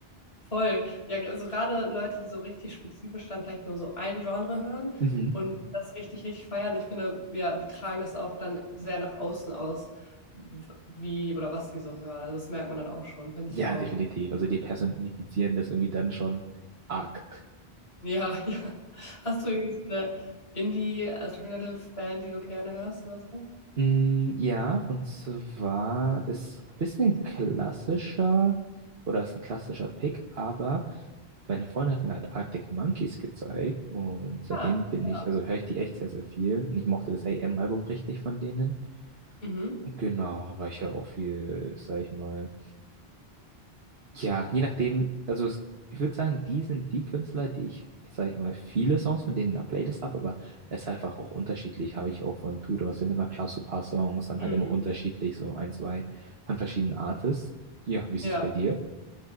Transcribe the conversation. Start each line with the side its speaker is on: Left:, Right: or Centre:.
Left: voll. Ja, also gerade Leute, die so richtig spezifisch dann vielleicht nur so ein Genre hören
Right: Mhm.
Left: und das richtig, richtig feiern. Ich finde, ja, die tragen das auch dann sehr nach außen aus, w- wie oder was sie so hören. Also das merkt man dann auch schon, finde
Right: Ja,
Left: ich auch.
Right: definitiv. Also die personifizieren das irgendwie dann schon arg.
Left: Ja, <laughs> ja. Hast du irgendwie so eine Indie-Alternative-Band, die du gerne hörst oder so?
Right: Mm, ja, und zwar ist ein bisschen klassischer, oder ist ein klassischer Pick, aber Meine Freundin hat mir halt Arctic Monkeys gezeigt und seitdem
Left: Ah,
Right: bin
Left: ja.
Right: ich, also höre ich die echt sehr, sehr viel. Ich mochte das AM-Album richtig von denen.
Left: Mhm.
Right: Genau, aber ich höre auch viel, sag ich mal. Ja, je nachdem, also es, ich würde sagen, die sind die Künstler, die ich, sag ich mal, viele Songs von denen in der Playlist habe, aber es ist einfach auch unterschiedlich. Habe ich auch von Tudor sind immer klar so ein paar Songs, dann
Left: Mhm.
Right: halt immer unterschiedlich, so ein, zwei von verschiedenen Artists. Ja, wie ist
Left: Ja.
Right: es bei dir?